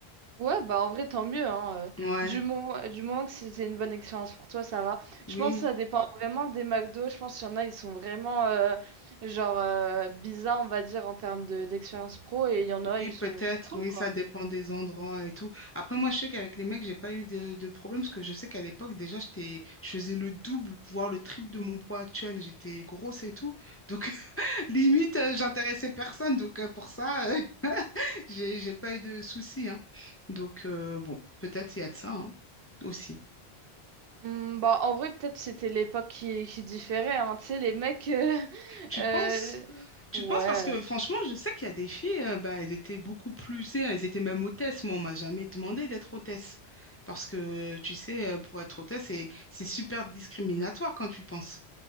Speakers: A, on the right; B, on the left.
A: Ouais, bah en vrai, tant mieux, hein. euh,
B: Ouais,
A: Du moment, du moment que c'était une bonne expérience pour toi, ça va.
B: oui,
A: Je pense que ça dépend vraiment des McDo. Je pense qu'il y en a, ils sont vraiment euh, genre euh, bizarres, on va dire, en termes de, d'expérience pro, et il y en a,
B: oui,
A: ils
B: peut-être,
A: sont, sont cool,
B: oui,
A: quoi.
B: ça dépend des endroits et tout. Après, moi, je sais qu'avec les mecs, j'ai pas eu de, de problème parce que je sais qu'à l'époque, déjà, j'étais, je faisais le double, voire le triple de mon poids actuel. J'étais grosse et tout. Donc, Limite, euh, j'intéressais personne, donc euh, pour ça, euh, <laughs> j'ai, j'ai pas eu de soucis, hein. Donc euh, bon, peut-être il y a de ça, hein, aussi.
A: Hmm, bah en vrai, peut-être c'était l'époque qui, qui différait, hein. Tu sais, les mecs. euh,
B: Tu
A: <laughs> euh,
B: penses? Tu
A: Ouais.
B: penses parce que franchement, je sais qu'il y a des filles, euh, bah, elles étaient beaucoup plus, tu sais, elles étaient même hôtesses. Moi, on m'a jamais demandé d'être hôtesse parce que tu sais, euh, pour être hôtesse, c'est c'est super discriminatoire quand tu penses.